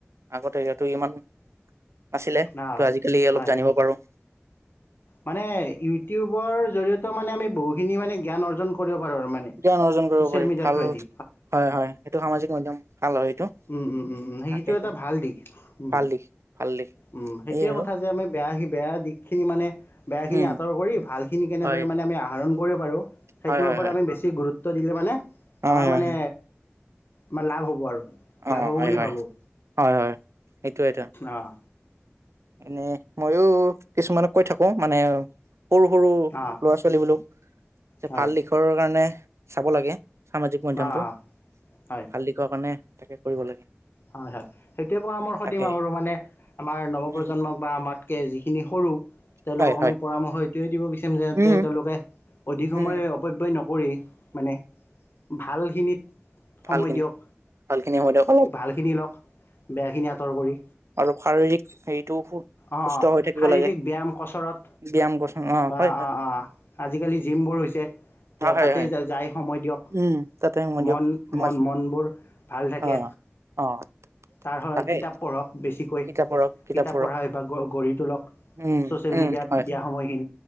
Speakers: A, on the right; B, on the left.
A: আগতে সিহঁতো ইমান আাছিলে,
B: অঁ অঁ
A: কিন্তু আজিকালি অলপ
B: হয়
A: জানিব পাৰোঁ।
B: মানে ইউটিউবৰ জৰিয়তেও মানে আমি বহুখিনি মানে জ্ঞান জ্ঞান অৰ্জন কৰিব পাৰোঁ আৰু মানে
A: জ্ঞান অৰ্জন কৰিব
B: ছ'চিয়েল
A: পাৰি,
B: মিডিয়াৰ
A: ভাল,
B: থ্ৰুৱেদি
A: হয় হয়, সেইটো সামাজিক মাধ্যম ভাল হয়। এইটো
B: উম-উম-উম-উম, সেইটো
A: তাকেইটো
B: এটা ভাল দিশ, উম'
A: ভাল দিশ ভাল দিশ
B: উম', সেইটোয়ে
A: এই আৰু
B: কথা যে আমি বেয়া আহিব বেয়া দিশখিনি মানে বেয়া খিনি
A: উম
B: আঁতৰ কৰি ভাল খিনি কেনেদৰে
A: হয়
B: মানে আমি আহৰণ কৰিব পাৰোঁ। সেইটোৰ
A: হয় হয়
B: ওপৰত
A: হয়
B: আমি গুৰুত্ব <unintelligible> দিলে মানে
A: অ হয়
B: আমাৰ মানে
A: হয়
B: মানে লাভ হ'ব আৰু লাভ
A: অ'
B: হ'ব
A: হয়-হয়
B: বুলি ভাবোঁ
A: হয়-হয়, সেইটোৱেইটো
B: অঁ
A: এনে মইয়ো কিছুমানক কৈ থাকো মানে সৰু সৰু
B: অঁ
A: ল'ৰা-ছোৱালী বোলো
B: হয়
A: ভাল দিশৰ কাৰণে চাব লাগে সামাজিক মাধ্যমটো,
B: অঁ অঁ হয়
A: ভাল দিশৰ কাৰণে তাকে কৰিব লাগে।
B: হয় হয়। সেইটোৱে পৰামৰ্শ
A: তাকে
B: দিম আৰু মানে, আমাৰ নৱ
A: উম
B: প্ৰজন্মক বা আমাতকৈ যিখিনি সৰু তেওঁলোকক
A: হয়
B: আমি
A: হয়
B: পৰামৰ্শ দিব
A: উম
B: তেওঁলোকে অধিক সময়
A: উম
B: অপব্যয় ন পৰি মানে ভালখিনিত সময়
A: ভাল খিনি
B: দিয়ক
A: ভাল খিনি হয় লক
B: ভালখিনি লওক বেয়াখিনি আঁতৰ কৰি
A: অলপ শাৰীৰিক হেৰিটো
B: অঁ
A: সুস্থ
B: অঁ
A: হৈ থাকিব
B: শাৰীৰিক
A: লাগে
B: ব্যায়াম কচৰত
A: ব্যায়াম গঠন অ
B: বা
A: হয় হয়
B: অঁ অঁ আজিকালি জিমবোৰ হৈছে
A: অ হয়
B: তাতে
A: হয়
B: যাই সময় দিয়ক
A: উম তাতে সময় দিয়ক
B: মন
A: সমাজ
B: মন মনবোৰ ভাল থাকে
A: অ অ
B: তাৰহৈ
A: তাকে
B: কিতাপ পঢ়ক বেছি
A: কিতাপ পঢ়ক
B: কিতাপ
A: পঢ়ক
B: পঢ়া অভ্যাস গঢ়ি তোলক
A: উম
B: ছ'চিয়েল
A: উম
B: মিডিয়া
A: হয়
B: দিয়া সময়খিনি